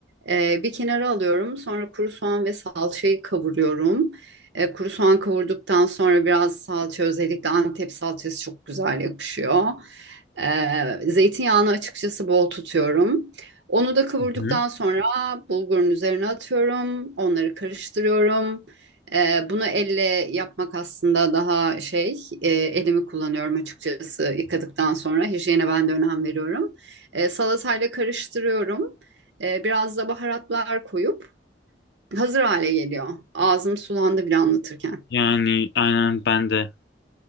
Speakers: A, on the right; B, on the left.
A: e, bir kenara alıyorum. Sonra kuru soğan ve salçayı kavuruyorum. E, kuru soğan kavurduktan sonra biraz salça, özellikle Antep salçası çok güzel yakışıyor. Ee, zeytinyağını açıkçası bol tutuyorum. Onu da kavurduktan
B: Hı.
A: sonra bulgurun üzerine atıyorum. Onları karıştırıyorum. Ee, bunu elle yapmak aslında daha şey, e, elimi kullanıyorum açıkçası yıkadıktan sonra. Hijyene ben de önem veriyorum. Ee, salatayla karıştırıyorum. Ee, biraz da baharatlar koyup hazır hale geliyor. Ağzım sulandı bile anlatırken.
B: Yani aynen ben de.